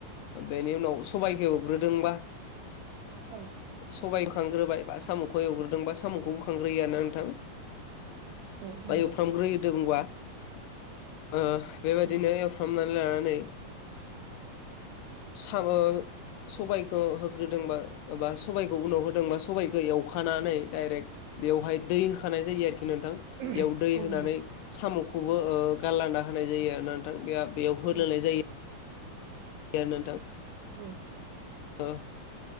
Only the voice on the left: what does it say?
बेनि उनाव सबबायखौ एवग्रोदोंबा
सबाय खांग्रोबाय बा साम'खौ एवग्रोदोंबा साम'खौबो खांग्रोयोयानोा नोंथां।
बाय
एवफ्रामग्रोदोंबा ओ बेबायदिनो
एवफ्रामनानै लानानै
साबो सबाइखौ होग्रोदोंबा बा सबाइखौ उनाव होदोंबा सबाइखौ एवखानानै डाइरेक्ट बेवहाय दै होखानाय जायो आरोखि नोंथां बेयाव
दै होनानै
साम'खौबो गारलाना होनाय जायो आरोना नोंथां बेयाव होलोनाय
जायो। गार नोंथां
हो